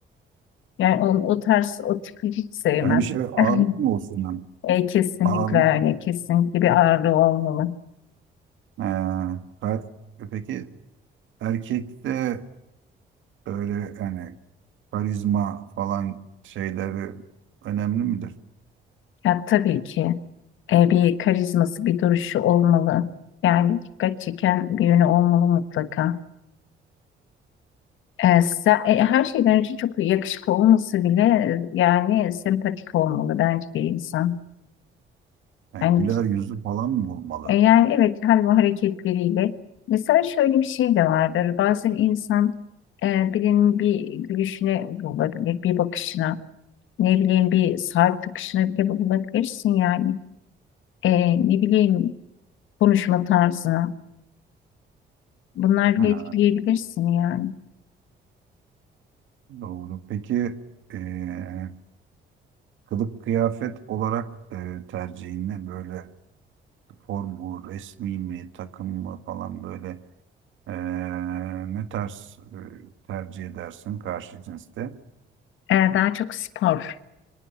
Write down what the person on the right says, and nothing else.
Yani bir şey ağırlık
mı olsun yani?
Ağırlık.
Ee, kalp- peki erkekte öyle yani karizma falan şeyleri önemli midir?
Yani
güler yüzü falan mı olmalı?
Ha,
doğru. Peki eee, kılık kıyafet olarak eee tercihin ne? Böyle spor mu, resmi mi, takım mı falan böyle eee, ne tarz eee, tercih edersin karşı cinste?